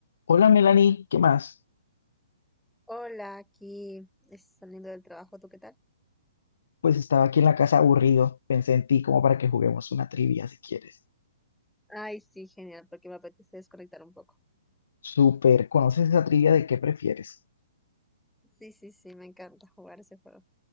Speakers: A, on the left (about 70°); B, in the centre.
A: Hola Melanie, ¿qué más?
B: Hola, aquí es- saliendo del trabajo, ¿tú qué tal?
A: Pues estaba aquí en la casa aburrido, pensé en ti como para que juguemos una trivia si quieres.
B: Ay, sí, genial, porque me apetece desconectar un poco.
A: Súper, ¿conoces esa trivia de qué prefieres?
B: Sí, sí, sí, me encanta jugar ese juego.